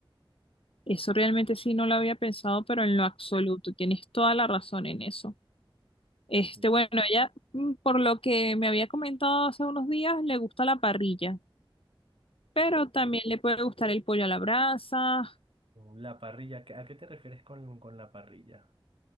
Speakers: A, on the left; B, on the right.
A: Eso realmente sí no lo había pensado, pero en lo absoluto, tienes toda la razón en eso. Este,
B: Mm.
A: bueno, ella, mm, por lo que me había comentado hace unos días, le gusta la parrilla, pero también le puede gustar el pollo a la brasa.
B: La parrilla, ¿qué- ¿a qué te refieres con, con la parrilla?